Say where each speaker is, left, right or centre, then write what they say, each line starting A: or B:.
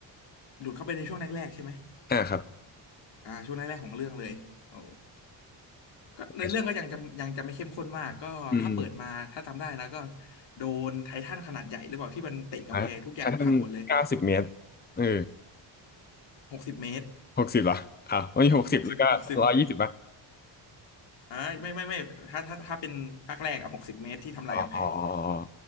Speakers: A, on the left; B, on the left.
A: หลุดเข้าไปในช่วงแรกๆใช่ไหม
B: อ่าครับ
A: อ่าช่วงแรกๆของเรื่องเลยโอ้ ก็ในอเรื่องก็ยังจะยังจะไม่เข้มข้นมากก็ถ้าเปิดมาถ้าจำได้นะก็
B: ไม่ใช่อืม
A: โดนไททันขนาดใหญ่หรือเปล่าที่มันเตะกำแพงทุกอย่างพังหมดเลย
B: อ่าถ้าท่านเก้าสิบเมตรเออ
A: หกสิบเมตร
B: หกสิบเหรออ่าวันนี้หกสิบแล้วก็ร้อยยี่สิบป่ะ
A: หกสิบหกสิบเมตรอ่าไม่ไม่ไม่ถ้าถ้าถ้าเป็นภาคแรกอะหกสิบเมตรที่ทำลายกำแพง
B: อ๋ออ๋อ